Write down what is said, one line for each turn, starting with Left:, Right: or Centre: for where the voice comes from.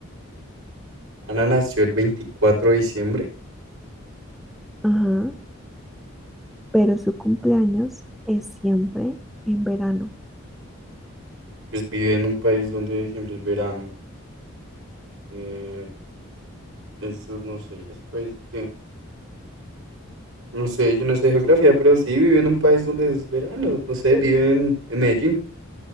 Right: Ana nació el veinticuatro de diciembre.
Centre: Ajá, pero su cumpleaños es siempre en verano.
Right: Pues vive en un país donde diciembre es verano. Eh, eso no sé, ese país que. No sé, yo no sé geografía, pero sí vive en un país donde es verano. No sé,
Centre: Bueno,
Right: vive en, en Medellín.